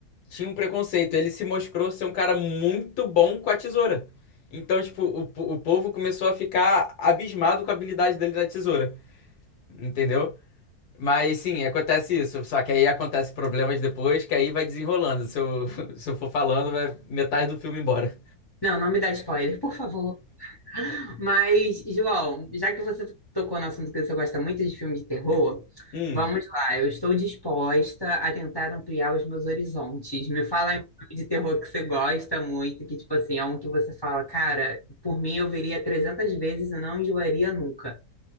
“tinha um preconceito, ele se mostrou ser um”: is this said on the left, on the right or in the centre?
Left